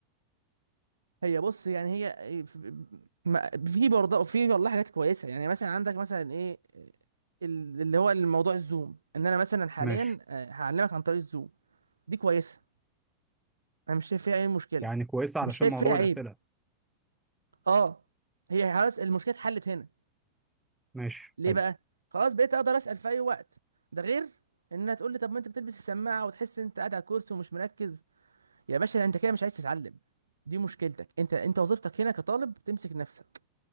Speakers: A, on the right; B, in the centre.
A: هي بص يعني هي في ما- في برضه في والله حاجات كويسه يعني مثلا عندك مثلا ايه ال- اللي هو الموضوع الزوم ان انا مثلا حاليا
B: ماشي
A: آه، هعلمك عن طريق الزوم دي كويسه انا مش شايف فيها اي مشكله
B: يعني كويسه علشان
A: مش شايف
B: موضوع
A: فيها عيب
B: الاسئله
A: اه هي خلاص المشكله اتحلت هنا
B: ماشي
A: ليه
B: حلو
A: بقى خلاص بقيت اقدر اسال في اي وقت ده غير انها تقول لي طب ما انت بتلبس السماعه وتحس انت قاعد على الكرسي ومش مركز يا باشا انت كده مش عايز تتعلم دي مشكلتك انت انت وظيفتك هنا كطالب تمسك نفسك